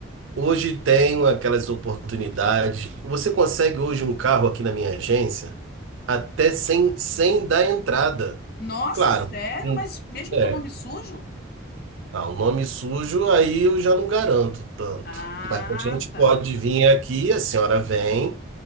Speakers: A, on the right (about 75°); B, on the left (about 50°).
A: hoje tem aquelas oportunidades. Você consegue hoje um carro aqui na minha agência até sem, sem dar entrada.
B: Nossa,
A: Claro,
B: sério?
A: um-
B: Mas mesmo
A: é,
B: com o nome sujo?
A: ah, o nome sujo aí eu já não garanto tanto.
B: Ah,
A: Mas a gente pode
B: tá.
A: vir aqui, a senhora vem.